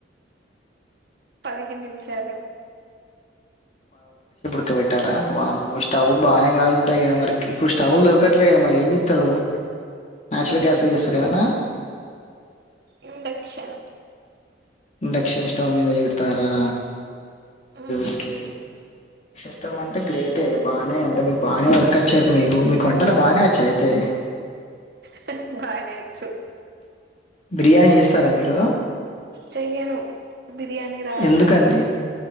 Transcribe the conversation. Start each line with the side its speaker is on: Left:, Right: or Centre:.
Right: పదిహేన్ నిమిషాలు
Left: పెట్టారా వామ్మో స్టవ్ బాగానే గాలుంటాయి కదా మరి ఇప్పుడు స్టవ్ దొరకట్లే గదా మరి ఏం చెస్తరు న్యాచురల్ గ్యాస్ చేస్తారా ఏమన్నా
Right: ఇండేక్షన్
Left: ఇండెక్షన్ స్టవ్ మీద ఇడతారా
Right: ఉమ్
Left: ఓకే స్తం అంటే గ్రేటే బాగానే అంటే మీకు బాగానే వర్క్ వచ్చా అయితే మీకు మీకు వంటలు బాగానే వచ్చాఅయితే
Right: హు బానే వొచ్చు
Left: బిర్యానీ చేస్తారా మీరు
Right: చేయ్యను బిర్యానీ రాదు
Left: ఎందుకండి
Right: నాకు